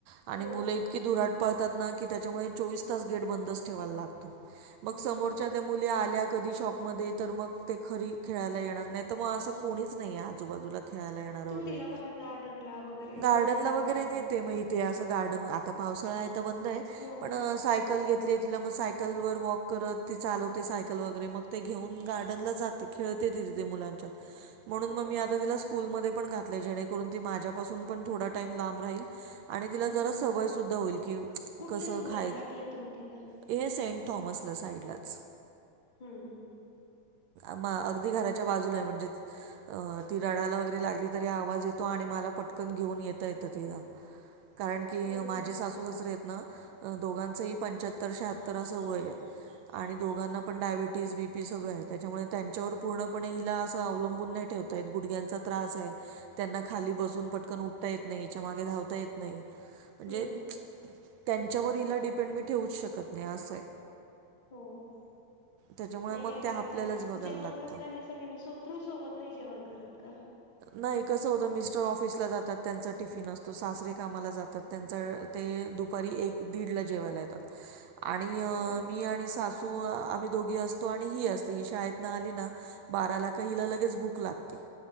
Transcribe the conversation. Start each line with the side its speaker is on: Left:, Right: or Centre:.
Right: आणि
Left: हो
Right: मुलं
Left: हो
Right: इतकी धुराट पळतात ना की त्याच्यामुळे चोवीस तास गेट बंदच ठेवायला लागतो. मग
Left: हो
Right: समोरच्या त्या मुली आल्या कधी शॉपमध्ये तर मग ते घरी खेळायला येण- नाही मग असं कोणीच नाहीये आजूबाजूला. खेळाला येणार वगैरे.
Left: तुम्ही तिला बाहेर गार्डनला वगैरे घेऊन
Right: गार्डनला
Left: नाही जात
Right: वगैरे
Left: का
Right: ने- ते मग इथे असं गार्डन, आता पावसाळा आहे तर बंद आहे.
Left: हो.
Right: पण सायकल घेतली तिला मग सायकलवर वॉक करत ती चालवते सायकल वगैरे मग- ते घेऊन गार्डनला जाते खेळते तिथ ती मुलांच्यात म्हणून
Left: ह
Right: मग मी आ- तिला स्कूलमध्ये पण घातलय जेणेकरुन ती माझ्यापासून पण थोडा टाईम लाब राहील. आणि तिला
Left: हं
Right: जरा सवय सुद्धा होईल कि
Left: कुठल्या
Right: कसं
Left: स्कूलला
Right: खाय-
Left: टाकलंय तुम्ही तिला
Right: हे सेंट थॉमसला साईडलाच.
Left: हम् हम्म
Right: म अगदी घराच्या बाजूला आहे म्हणजे- अ ती रडायला वगैरे लागली तरी आवाज येतो आणि मला पटकन घेऊन येता येतं तिला. कारण की
Left: हो
Right: माझे सासू सासरे आहेत ना- दोघांचंही पंच्याहत्तर शहात्तर असं वय आहे. आणि दोघांना पण डायबिटीज, बी पी सगळं आहे त्याच्यामुळे त्यांच्यावर पूर्ण- पण हिला असं अवलंबून नाही ठेवता येत, गुडघ्यांचा त्रास आहे. त्यांना खाली बसून पटकन उठता येत नाही, हिच्या मागे धावता येत नाही. म्हणजे
Left: हम्म हम्म
Right: त्यांच्यावर हिला डिपेंड मी ठेवूच शकत नाही असं आहे.
Left: हो हो.
Right: त्याच्यामुळे
Left: नाही काय
Right: मग ते
Left: करायचं,
Right: आपल्यालाच बघायला
Left: जेवण
Right: लागतं
Left: करतानी- सगळ्यांनी सोबत, तुम्ही सोबत नाही जेवण करत का?
Right: नाही कस होतं मिस्टर ऑफिसला जातात त्यांचा टिफिन असतो, सासरे कामाला जातात. त्यांच ते दुपारी एक दीडला जेवायला येतात आणि अ
Left: ह
Right: मी आणि सास- सू आम्ही दोघी असतो आणि ही असते. हि शाळेतन आली ना बाराला का हिला लगेच भूक लागते.